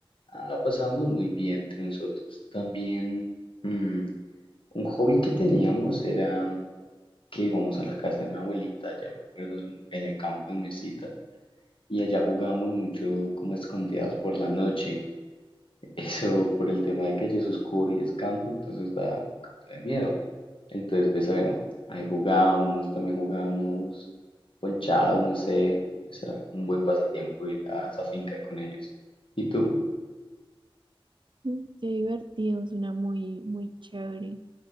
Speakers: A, on the left; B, on the right.
A: Ah, la pasábamos muy bien entre nosotros. También mm, un hobby que teníamos era que íbamos a la casa de mi abuelita, ya me acuerdo, en en el campo en Mesita. Y allá jugábamos mucho como escondidas por la noche. <laughs> Eso por el tema de que allá es oscuro y es campo, entonces da un poquito de miedo. Entonces, pues bueno, ahí jugábamos, también jugábamos ponchados, no sé, será un buen pasatiempo ir a esa finca con ellos. ¿Y tú?
B: Mm, Qué divertido, suena muy, muy chévere.